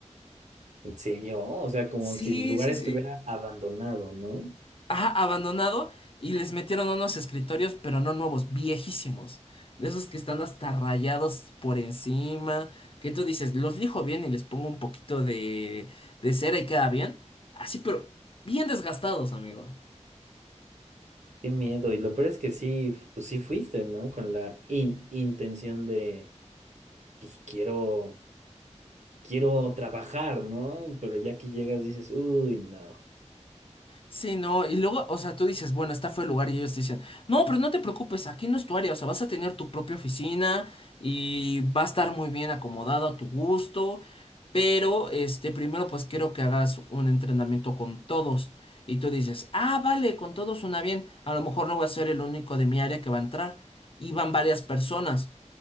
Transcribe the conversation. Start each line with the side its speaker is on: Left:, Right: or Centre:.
Right: ¿En serio? O sea, como
Left: Sí,
Right: si el lugar
Left: sí,
Right: estuviera
Left: sí.
Right: abandonado, ¿no?
Left: ajá, abandonado y les metieron unos escritorios, pero no nuevos, viejísimos. De esos que están hasta rayados por encima, que tú dices, los lijo bien y les pongo un poquito de, de cera y queda bien. Así, pero bien desgastados, amigo.
Right: Qué miedo. Y lo peor es que sí, f- pues sí fuiste, ¿no? Con la in- intención de, pues quiero, quiero trabajar, ¿no? Pero ya que llegas dices, uy, no.
Left: Sí, no, y luego, o sea, tú dices, bueno, este fue el lugar y ellos te dicen, no, pero no te preocupes, aquí no es tu área, o sea, vas a tener tu propia oficina y va a estar muy bien acomodado a tu gusto, pero, este, primero pues quiero que hagas un entrenamiento con todos. Y tú dices, ah, vale, con todos suena bien, a lo mejor no voy a ser el único de mi área que va a entrar. Y van varias personas,